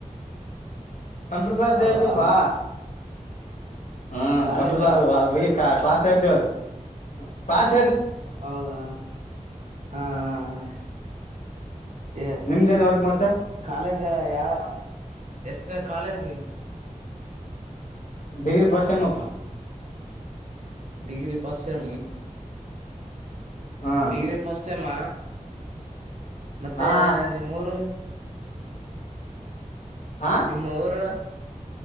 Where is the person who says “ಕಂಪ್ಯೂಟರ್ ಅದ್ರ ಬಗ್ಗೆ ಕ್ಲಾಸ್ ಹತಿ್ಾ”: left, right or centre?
Left